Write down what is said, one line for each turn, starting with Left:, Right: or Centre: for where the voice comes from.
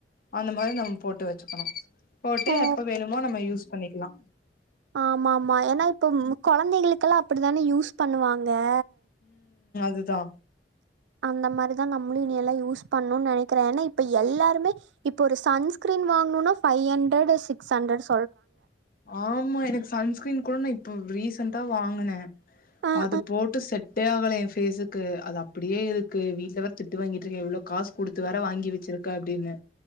Left: அந்த மாரி நம்ம போட்டு வச் க்கணு போட்டு
Right: ஓ
Left: எப்ப வேணுமோ நம்ம யூஸ் பண்ணிக்லா
Right: ஆமாமா ஏன்னா இப்பம் கொழந்தைகளுக் க்கள அப்படித்தான யூஸ் பண்ணுவாங் க
Left: துதா
Right: அந்த மாரிதா நம்ளு இனியெல்லா யூஸ் பண்ணுன் நெனைக்கிறே ஏன்னா இப்ப எல்லாருமே இப்ப ஒரு சன்ஸ்கிரீன் வாங்குனுனா ஃபைவ் ஹண்ட்ரட் சிக்ஸ் ஹன்ட்ரட்
Left: ஆமா எனக்கு சன்ஸ்கிரீன் கூட நா இப்ப ரீசன்டா வாங்குனே
Right: அ
Left: அது போட்டு செட் ட்டே ஆவல என் ஃபேசுக்கு அது அப்டியே இருக்கு வீட்ல வேற திட்டு வாங்கிட்டுருக்கே இவ்ளோ காசு குடுத்து வேற வாங்கி வச்சிருக்க அப்படின்னு